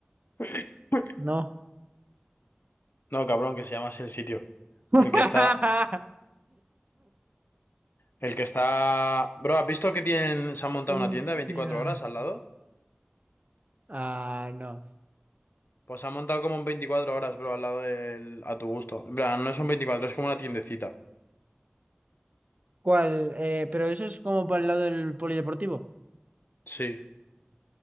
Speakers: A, on the left; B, on the right.
A: <coughs>
B: No.
A: No, cabrón, que se llama así el sitio.
B: <laughs>
A: El que está... El que está... Bro, ¿has visto que tienen... se han montado
B: Hostia.
A: una tienda 24 horas al lado?
B: Ah, no.
A: Pues ha montado como un 24 horas, bro, al lado del... a tu gusto. En plan, no son 24, es como una tiendecita.
B: ¿Cuál? Eh, pero eso es como para el lado del polideportivo.
A: Sí.